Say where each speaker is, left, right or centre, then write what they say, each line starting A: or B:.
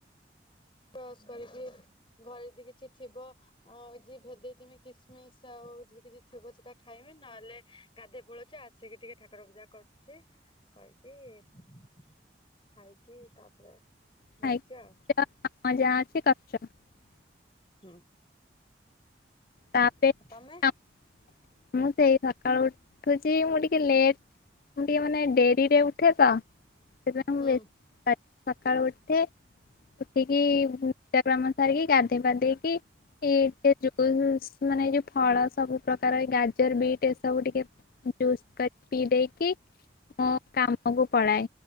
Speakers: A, on the left (about 30°); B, on the left (about 50°).
A: ବ୍ରସ୍ କରିକି ଘରେ ଯଦି କିଛି ଥିବ ଭେଜେଇଥବି କିସ ମିସ୍ ଆଉ ଯଦି କିଛି ଥିବ ସେଟା ଖାଇବି ନହେଲେ ଗାଧୋଇ ପୋଳୁଛି ଆସିକି ଟିକେ ଠାକୁର ପୂଜା କରୁଛି। କହିକି ଖାଇକି ତାପରେ
B: ଖାଇକି
A: ଯାଉଛି ଆଉ।
B: ଯାଅ, <unintelligible>
A: ହୁଁ।
B: <unintelligible> ସକାଳୁ
A: ତମେ?
B: ଉଠୁଛି ମୁଁ ଟିକେ ଲେଟ ମୁ ଟିକେ ମାନେ ଡେରିରେ ଉଠେ ତ ସେତ
A: ହୁଁ
B: ବେଳେ ମୁଁ ସଖାଳୁ ଉଠେ। ଉଠିକି ପୂଜା କାମ ସାରିକି ଗାଧେଇ କାମ ସାରିକି ସେ ଯ ମାନେ ଏ ଯୋଉ ଫଳ ସବୁ ପ୍ରକାର ଗାଜର ବିଟ୍ ଏ ସବୁ ଟିକେ ଜୁସ୍ ପିଇ ଦେଇକି ମୋ କାମକୁ ପଳାଏ